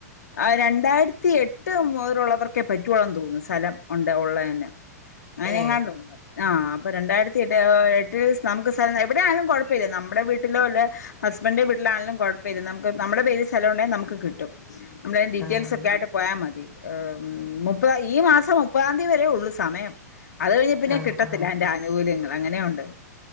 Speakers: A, on the left; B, in the centre.
A: ആ രണ്ടായിരത്തി എട്ട് മുതലുള്ളവർക്കെ പറ്റുവൊള്ളെന്ന് തോന്നുന്നു സ്ഥലം ഒണ്ട്. ഒള്ളേന് അങ്ങനെ
B: ഏ
A: എങ്ങാണ്ടൊണ്ട് ആ പ്പൊ രണ്ടായിരത്തിഎട്ട് ആ എ ട്ടില് നമുക്ക് സ്ഥലം എവിടെ ആണേലും കുഴപ്പമില്ല. നമ്മുടെ വീട്ടിലോ അല്ലെ ഹസ്ബൻഡിന്റെ വീട്ടിലാണേലും കുഴപ്പമില്ല നമുക്ക് നമ്മുടെ പേരിൽ സ്ഥലം ഒണ്ടേ നമുക്ക് കിട്ടും. നമ്മളതിന്റെ ഡീറ്റെയിൽസ്
B: ആഹ്
A: ഒക്കെ ആയിട്ട് പോയാ മതി. ഏഹ് മുപ്പതാ ഈ മാസം മുപ്പതാം തീയതി വരേ ഉള്ളു സമയം. അത് കഴിഞ്ഞ പിന്നെ
B: ആഹ്
A: കിട്ടത്തില്ല
B: ആഹ്
A: അതിന്റെ ആനുകൂല്യങ്ങള്. അങ്ങനേം ഒണ്ട്.